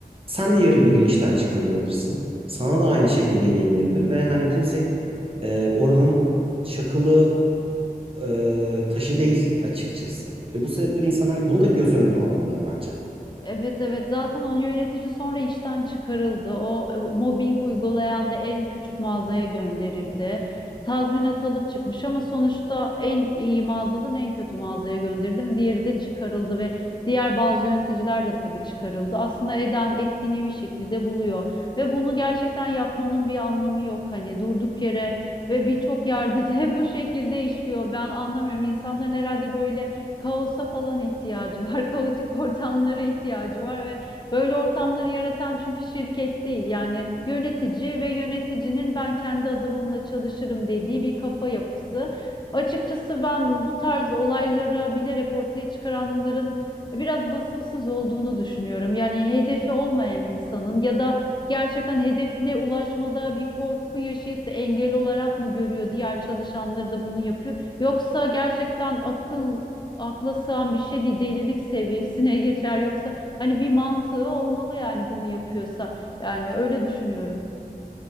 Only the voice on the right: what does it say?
Sen de yarı bir gün işten çıkarılabilirsin. Sana da aynı şekilde gelinebilir ve hani kimse e, oranın çakılı e, taşı değil açıkçası. Ve bu sebeple de insanlar hani bunu da göz önüne almalılar bence.